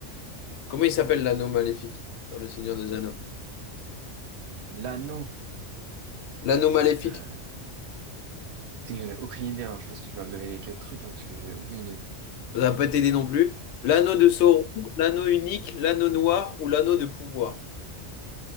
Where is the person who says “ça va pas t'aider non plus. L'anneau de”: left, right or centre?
Left